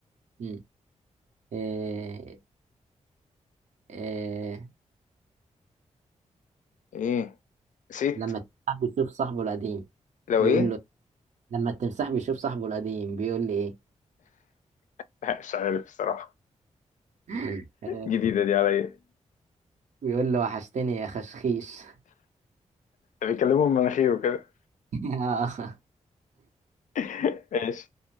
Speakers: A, on the right (about 70°); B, on the left (about 85°).
A: مم. إيه... إيه...
B: إيه نسيت
A: لما التمساح بيشوف صاحبه القديم
B: لو
A: بيقول
B: إيه
A: له لما التمساح بيشوف صاحبه القديم بيقول لي ايه
B: <laughs> مش عارف الصراحة
A: <laughs> آه،
B: جديدة دي عليا
A: بيقول له وحشتني يا خشخيش
B: بيكلموا من مناخيره كده
A: <laughs>
B: <laughs> ماشي